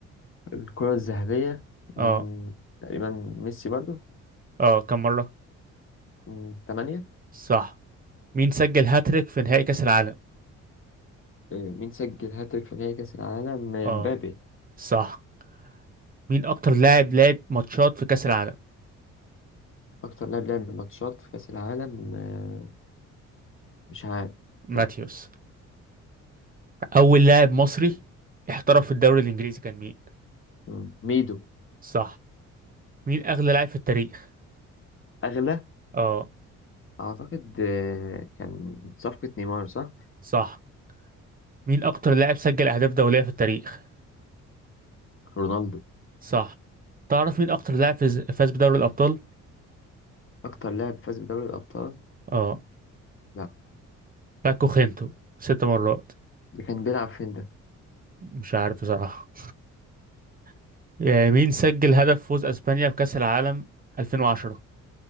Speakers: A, on the left; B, on the right.
A: الكرة الذهبية
B: اه
A: مم، تقريبا ميسي برضو
B: اه كم مرة
A: مم، تمانية
B: صح مين سجل هاتريك في نهائي كأس العالم
A: آه مين سجل هاتريك في نهائي كأس العالم آه،
B: اه
A: مبابي
B: صح مين أكتر لاعب لعب ماتشات في كأس العالم
A: أكتر لاعب لعب ماتشات في كأس العالم آه مش عارف
B: ماتيوس
A: لا
B: أول لاعب مصري احترف في الدوري الإنجليزي كان مين؟
A: مم، ميدو
B: صح مين أغلى لاعب في التاريخ؟
A: أغلى
B: اه
A: أعتقد آه كان صفقة نيمار صح
B: صح مين أكتر لاعب سجل أهداف دولية في التاريخ؟
A: رونالدو
B: صح تعرف مين أكتر لاعب فاز فاز بدوري الأبطال؟
A: أكتر لاعب فاز بدوري الأبطال
B: اه
A: لا
B: باكو خينتو ست مرات
A: ده كان بيلعب فين ده
B: مش عارف بصراحة <laughs> آه، مين سجل هدف فوز أسبانيا بكأس العالم 2010؟